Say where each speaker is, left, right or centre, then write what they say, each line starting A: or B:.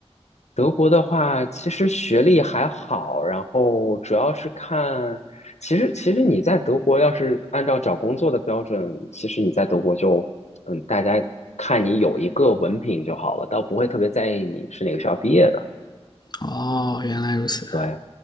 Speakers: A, on the left (about 80°); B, on the left (about 40°).
A: 德国的话，其实学历还好，然后主要是看，其实其实你在德国要是按照找工作的标准，其实你在德国就，嗯，大家看你有一个文凭就好了，倒不会特别在意你是哪个学校毕业的。
B: 哦，原来如此。
A: 对，